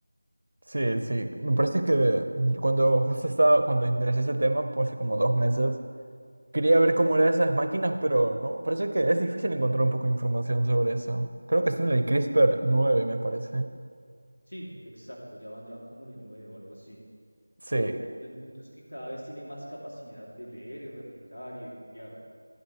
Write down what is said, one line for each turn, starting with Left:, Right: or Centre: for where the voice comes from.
Right: Sí, sí. Me parece que cuando justo estaba, cuando interesé ese tema, pues hace como dos meses, quería ver cómo eran esas máquinas, pero no, parece que es difícil encontrar un poco de información sobre eso. Creo que está en el CRISPR nueve me parece.
Left: Sí, exacto, ya van, ya van como en el 9 o algo así.
Right: Sí.
Left: Pero el punto es que cada vez tiene más capacidad de leer y replicar y de copiar.